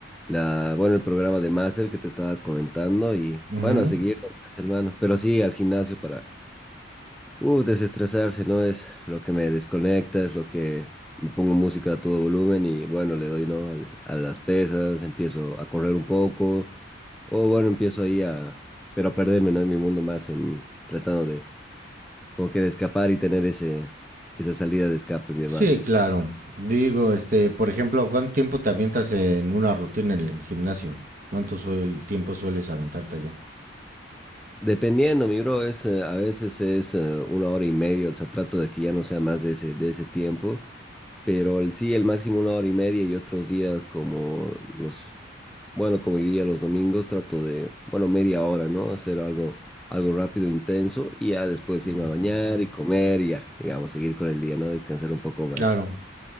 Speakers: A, in the centre; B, on the right.
A: la, bueno, el programa de máster que te estaba comentando y
B: Ujú.
A: bueno, a seguir nomás, hermano. Pero sí, al gimnasio para, uh, desestresarse, ¿no? Es lo que me desconecta, es lo que me pongo música a todo volumen y bueno, le doy, ¿no? Al- a las pesas, empiezo a correr un poco o bueno, empiezo ahí a, pero a perderme, ¿no? En mi mundo más, en tratando de, como que de escapar y tener ese, esa salida de escape, mi hermano.
B: Sí, claro. Digo, este, por ejemplo, ¿cuánto tiempo te avientas en una rutina en el gimnasio? ¿Cuánto suel- tiempo sueles aventarte allá?
A: Dependiendo, mi bro, es, eh, a veces es eh, una hora y media, o sea, trato de que ya no sea más de ese, de ese tiempo, pero el, sí, el máximo una hora y media y otros días como los, bueno, como hoy día los domingos, trato de, bueno, media hora, ¿no? Hacer algo, algo rápido, intenso, y ya después
B: Ujú.
A: irme a bañar y comer y ya, digamos, seguir con el día, ¿no? Descansar un poco más.
B: Claro.